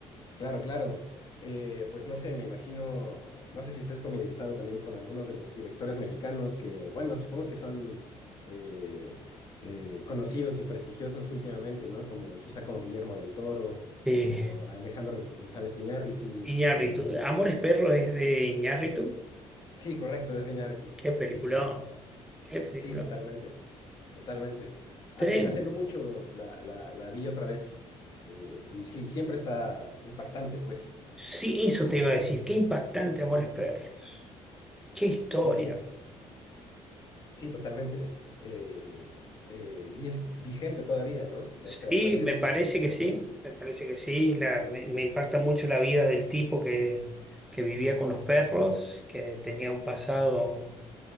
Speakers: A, on the left (about 40°); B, in the centre.
A: Claro, claro. Eh, pues no sé, me imagino, no sé si estés familiarizado también con algunos de los directores mexicanos que, bueno, supongo que son eh, eh, conocidos y prestigiosos últimamente, ¿no? Como quizá como Guillermo del Toro
B: Sí.
A: o Alejandro González Iñárritu
B: Iñárritu.
A: o,
B: Amores Perros es
A: o-
B: de Iñárritu.
A: sí, correcto, es de Iñárritu.
B: Qué película,
A: Sí, sí, sí.
B: qué película.
A: Sí, totalmente, totalmente. Hace,
B: Trem-
A: hace no mucho la, la, la vi otra vez. eh, y sí, siempre está impactante, pues.
B: Sí, eso te iba a decir. Qué impactante, Amores Perros. Qué historia.
A: Sí, sí, sí, totalmente. eh, eh, y es vigente todavía, ¿no?
B: Sí,
A: O sea, la ves
B: me parece
A: y...
B: que sí, me parece que sí. La- me, me impacta mucho la vida del tipo que, que vivía con los perros, que tenía un pasado,